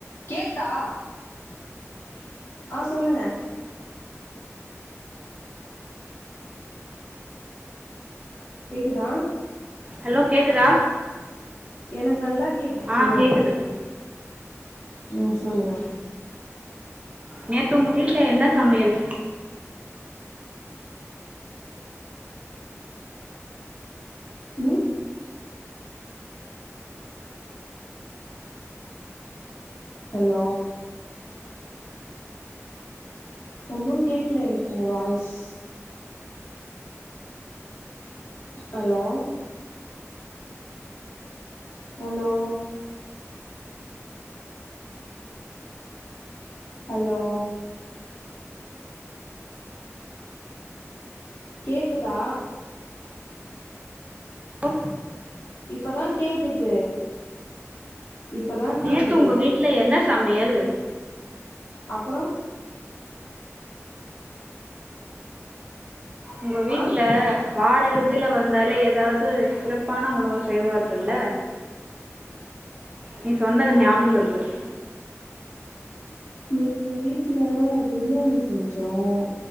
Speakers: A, on the left; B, on the right.
A: கேக்குதா ஆ சொல்லுங்க கேக்குதா
B: ஹலோ கேக்குதா
A: எனக்கு நல்லா கேக்குது
B: ஆ
A: சொல்லுங்க
B: கேட்குது
A: ம் சொல்லுங்க
B: நேத்து உங்க வீட் ல என்ன சமையல்
A: ம் ஹலோ ஒன்னு கேக்கல எனக்கு உங்க வாய்ஸ் ஹலோ ஹலோ ஹலோ கேக்குதா
B: கோ
A: இப்பதான் கேக்குது இப்பதான் கேக்குது
B: நேற்று உங்கள் வீட்டில் என்ன சமையல்
A: அப்புறம்
B: உங்க வீட்டு்ல
A: ஆ
B: வார இறுதில வந்தாலே ஏதாவது சிறப்பான உணவு செய்வார்கள்ல நீ சொன்னது ஞாபகம் இருக்கு ச்
A: நீ வீட்டுல பிரியாணி செஞ்சோம்